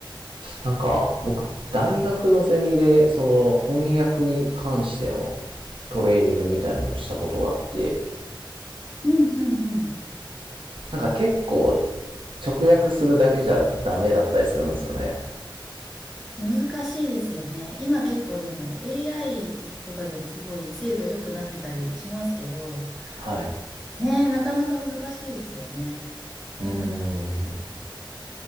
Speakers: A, on the right; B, in the centre.
A: なんか僕大学のゼミでその翻訳に関してのトレーニングみたいなのをしたことがあって
B: うんうん
A: なんか結構直訳するだけじゃダメだったりするんですよね
B: うん。難しいですよね。今結構でも AI とかでもすごい精度良くなってたりしますけど、
A: はい、
B: ねえ、なかなか難しいですよね。<laughs> さ
A: うん、